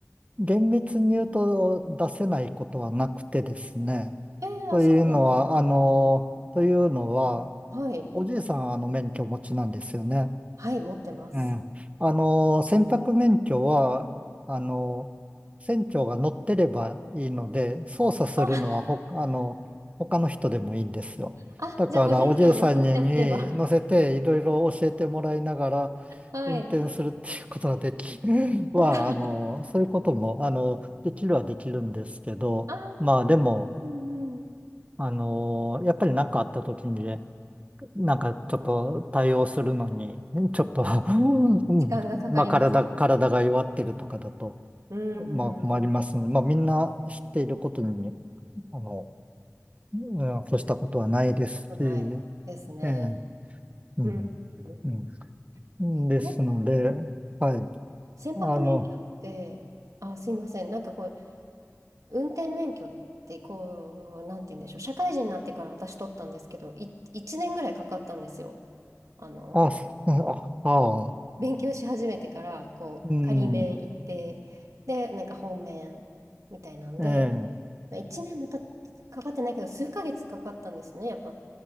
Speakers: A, on the right (about 25°); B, on the right (about 85°).
A: 厳密に言うと出せないことはなくてですね。
B: えー、
A: というのは、
B: あ、そうなんです。
A: あの、というのは、
B: はい。
A: おじいさんはあの免許をお持ちなんですよね。
B: はい、持ってます。
A: ええ、あの、船舶免許は、あの、船長が乗ってればいいので、操作するのはほ、
B: あ、
A: あの、他の人でもいいんですよ。
B: あ、
A: だから、
B: じゃあおじいちゃんを乗せたりすれば。
A: おじいさんにに乗せて、いろいろ教えてもらいながら、
B: はい。
A: 運転するっていうことができ、<laughs> は、
B: なら、
A: あの、そういうことも、あの、できるはできるんですけど、
B: あーうんうん。
A: まあ、でも、あの、やっぱり何かあった時にねなんかちょっと対応するのに、ちょっと <laughs> うん、
B: 時間がかかりますので、
A: まあ体、体が弱ってるとかだと、
B: うん。
A: まあ困りますので、まあみんな知っていることに、あの、うん越したことはないですし、
B: やたことないですね。
A: ええ、うん、
B: うん。うん。
A: うん。
B: えー、
A: ですので、
B: これ、
A: はい。
B: 船舶免許って、
A: あの、
B: あ、すいません、なんかこう、運転免許ってこう、なんて言うんでしょう、社会人になってから私取ったんですけど、い、1年ぐらいかかったんですよ。あの、
A: あ、すあ、あ、
B: 勉強し始めてから、こう、
A: うん、
B: 仮免行って、で、なんか本免みたいなんで、
A: ええ、
B: まあ、1年もたかかってないけど、数ヶ月かかったんですね、やっぱ。